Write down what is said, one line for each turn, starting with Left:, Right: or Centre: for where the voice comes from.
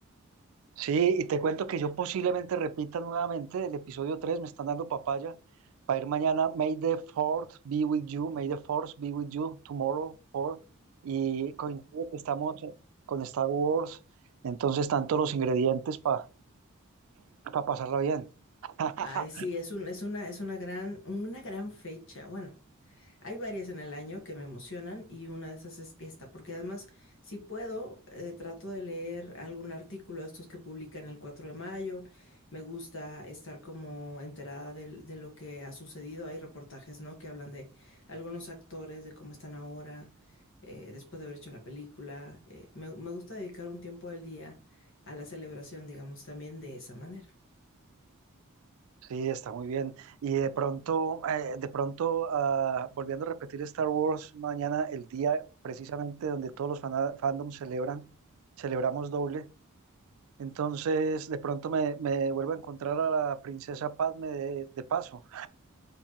Right: Sí, y te cuento que yo posiblemente repita nuevamente el episodio 3 me están dando papaya para ir mañana. May the fourth be with you, may the fourth be with you tomorrow, fourth. Y coincide que estamos con Star Wars, entonces están todos los ingredientes para pasarla bien. <laughs>
Left: Ay, sí, es un, es una, es una gran, una gran fecha. Bueno, Hay varias en el año que me emocionan y una de esas es esta, porque además, si puedo, eh, trato de leer algún artículo de estos que publican el 4 de mayo. Me gusta estar como enterada del- de, lo que ha sucedido. Hay reportajes, ¿no? Que hablan de algunos actores, de cómo están ahora, eh, después de haber hecho la película. Eh, me, me gusta dedicar un tiempo del día a la celebración, digamos, también de esa manera.
Right: Sí, está muy bien. Y de pronto, eh, de pronto, ah, volviendo a repetir Star Wars, mañana el día precisamente donde todos los fana- fandoms celebran, celebramos doble. Entonces, de pronto me, me vuelvo a encontrar a la princesa Padme de, de paso.